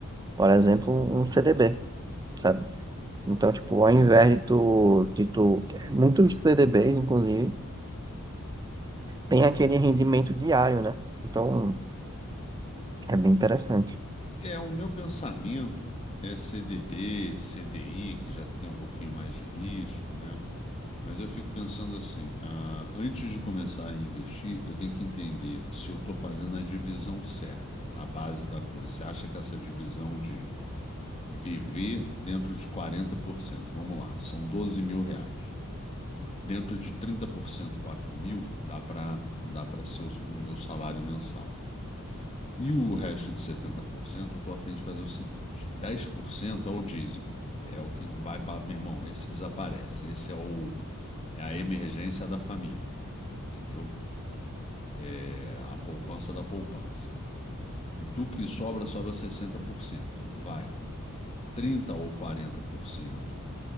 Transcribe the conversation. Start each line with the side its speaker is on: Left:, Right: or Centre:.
Right: Por exemplo, um CDB, sabe? Então, tipo, ao invés
Left: É.
Right: de tu, de tu, muitos CDBs, inclusive, tem aquele rendimento diário, né? Então, é bem interessante.
Left: É, é, o meu pensamento é CDB, CDI, que já tem um pouquinho mais de risco, né? Mas eu fico pensando assim, ah, antes de começar a investir, eu tenho que entender se eu estou fazendo a divisão certa, a base da coisa. Você acha que essa divisão de Viver dentro de quarenta por cento, Vamos lá, são doze mil reais. Dentro de 30%, 4 mil, dá para dá para ser o, o meu salário mensal. E o resto de 70%, eu estou a fim de fazer o seguinte: 10% é o dízimo. É o que não vai para. Meu irmão, esse desaparece. Esse é, o, é a emergência da família. Entendeu? É a poupança da poupança. Do que sobra, sobra sessenta por cento, Vai 30% ou quarenta por cento.